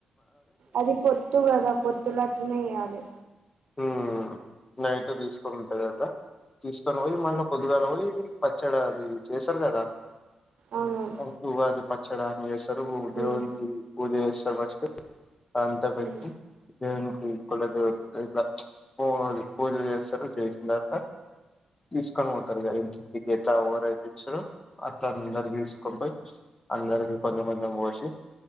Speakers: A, on the right; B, on the left.
A: అది పొత్తు కదా పొత్తుల అట్లనే చెయ్యాలే
B: ఉమ్ నైట్ తీసుకొని ఉంటాదాట తీసుకొని పోయి మళ్ళ పొద్దుగాల పోయి పచ్చడ అది చేస్తరు కదా
A: అవునవును
B: ఆ ఉగాది పచ్చడాని చేస్తరు దేవునికి
A: ఉమ్
B: పూజ చేస్తరు ఫస్టు ఆడ అంత పెట్టి
A: ఉమ్
B: దేవునికి కులదే ఇట్ల పూల్ పూజ చేస్తరు చేసినతరువాత తీసుకొని పోతారిగ ఇంటింటికి ఇట్ల ఎవరైతే ఇచ్చుడో అట్లా అందరికి తీసుకొని పోయి అందరికి కొంచెం కొంచెం పోసి